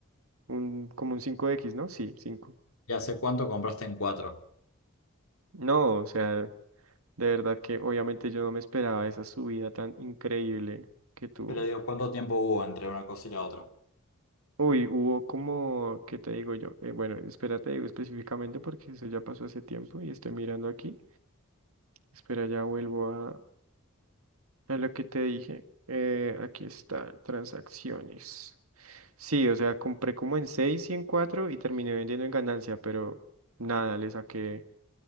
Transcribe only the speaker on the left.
¿Y hace cuánto compraste en cuatro?
Pero digo, ¿cuánto tiempo hubo entre una cosa y la otra?